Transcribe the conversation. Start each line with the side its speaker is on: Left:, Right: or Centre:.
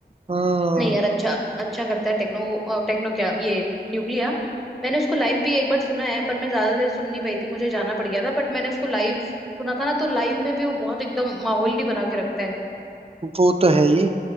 Right: हम्म
Centre: नहीं यार अच्छा अच्छा करता है टेक्नो अ, टेक्नो क्या ये न्यूक्लिया मैंने उसको लाइव भी एक बार सुना है पर मैं ज्यादा देर सुन नहीं पाई थी मुझे जाना पड़ गया था बट मैंने उसको लाइव सुना था ना तो लाइव में भी वो बहुत एकदम माहौल ही बना के रखता है
Right: वो तो है ही